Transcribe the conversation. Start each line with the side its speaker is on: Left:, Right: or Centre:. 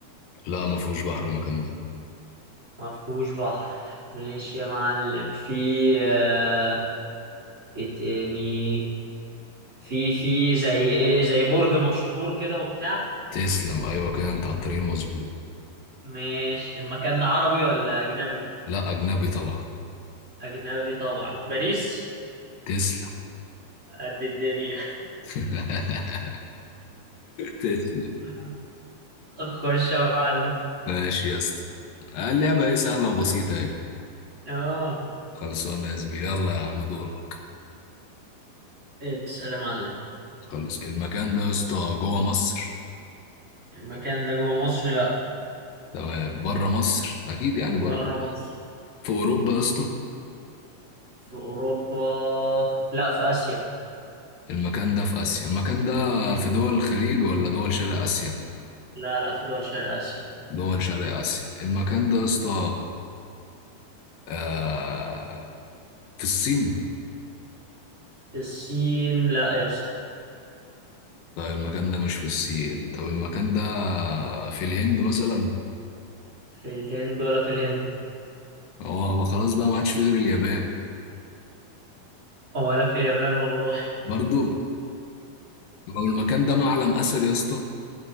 Left: لا ما فيهوش بحر المكان ده
Right: ما فيهوش بحر ماشي يا معلم في آه، ايه تاني في في زي ايه زي برج مشهور كده وبتاع
Left: تسلم ايوه كده انت على الطريق المظبوط
Right: ماشي المكان ده عربي ولا أجنبي؟
Left: لا اجنبي طبعا
Right: أجنبي طبعا باريس
Left: تسلم
Right: قد الدنيا
Left: <laughs> تسلم
Right: <laughs> خش يا معلم
Left: ماشي يا اسطى آه، اللعبه ايه سهله وبسيطه ايه
Right: اه
Left: خلصانه يا زميلي يلا يا عم دور
Right: اسأل يا معلم
Left: خلص المكان ده يا اسطى جوه مصر
Right: المكان ده جوه مصر لا
Left: تمام بره مصر اكيد يعني بره
Right: بره
Left: مصر
Right: مصر
Left: في اوروبا يا اسطى
Right: في أوروبا لا في آسيا
Left: المكان ده في آسيا المكان ده في دول الخليج ولا دول شرق آسيا
Right: لا لا في دول شرق آسيا
Left: دول شرق آسيا المكان ده يا اسطى آه، في الصين
Right: في الصين لا يا اسطى
Left: طيب المكان ده مش في الصين طب المكان ده في الهند مثلا
Right: في الهند ولا في الهند
Left: هو هو خلاص بقى ما عادش في غير اليابان
Right: ولا في اليابان والله
Left: برضو لو المكان ده معلم أثر يا اسطى